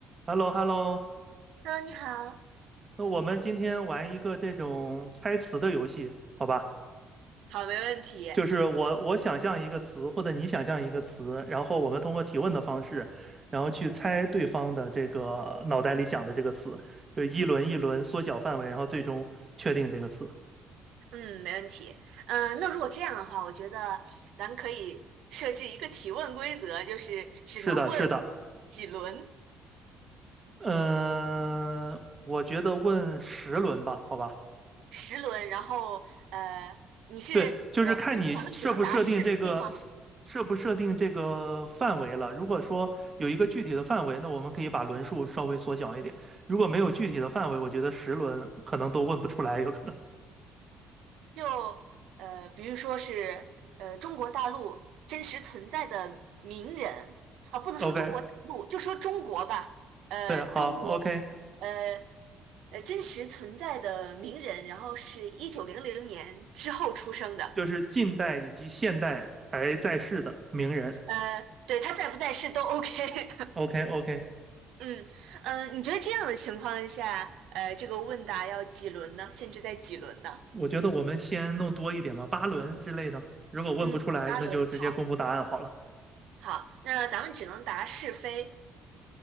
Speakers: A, on the right; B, on the right.
A: h e l l o h e l l o
B: Hello，你好。
A: 那我们今天玩一个这种猜词的游戏，好吧？
B: 好，没问题。
A: 就是我我想象一个词，或者你想象一个词，然后我们通过提问的方式，然后去猜对方的这个脑袋里想的这个词，就一轮一轮缩小范围，然后最终确定这个词。
B: 嗯，没问题。嗯、那如果这样的话，我觉得咱可以设置一个提问规则，就是只能问
A: 是的，是的，
B: 几轮，
A: 嗯、我觉得问十轮吧，好吧？
B: 十轮。然后，呃，你是呃，
A: 对，就是看你设不设定这个
B: 就是咱们只能答是非吗？
A: 设不设定这个范围了。如果说有一个具体的范围，那我们可以把轮数稍微缩小一点。如果没有具体的范围，我觉得十轮可能都问不出来，有可能。
B: 就呃，比如说是呃，中国大陆真实存在的名人啊，不能说中国大陆，
A: <laughs> OK，
B: 就说中国吧。呃，
A: 对，好，OK，
B: 中国，呃。呃真实存在的名人，然后是一九零零年之后出生的，
A: 就是近代以及现代还在世的名人。
B: 呃，对他在不在世都 OK。<laughs>
A: OK，OK，OK，
B: 嗯，呃，你觉得这样的情况下，呃，这个问答要几轮呢？限制在几轮呢？
A: 我觉得我们先弄多一点吧，八轮之类的。如果问不出来，
B: 嗯，八轮，
A: 那就直接公布答案好了。
B: 好，好，那咱们只能答是非。